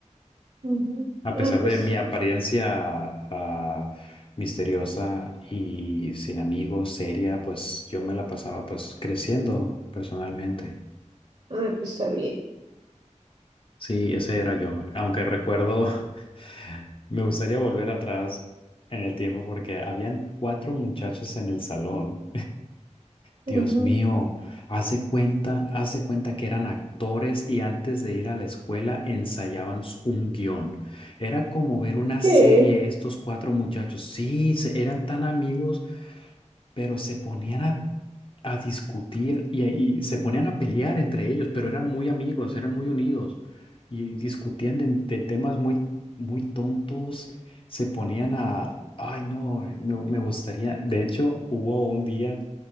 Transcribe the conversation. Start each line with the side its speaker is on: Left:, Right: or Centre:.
Right: ujú.
Left: A
Right: Ah,
Left: pesar
Right: pues,
Left: de mi apariencia ah, misteriosa y sin amigos, seria, pues yo me la pasaba pues creciendo personalmente.
Right: ah, pues está bien.
Left: Sí, ese era yo. Aunque recuerdo, <laughs> me gustaría volver atrás en el tiempo porque habían cuatro muchachos en el salón. Dios
Right: Ajá.
Left: mío, hace cuenta, hace cuenta que eran actores y antes de ir a la escuela ensayaban s- un guión. Era como ver una
Right: ¿Qué?
Left: serie, estos cuatro muchachos. Sí, se- eran tan amigos, pero se ponían a, a discutir y, y se ponían a pelear entre ellos, pero eran muy amigos, eran muy unidos y discutían de, de temas muy, muy tontos. Se ponían a, ay no, me me gustaría, de hecho, hubo un día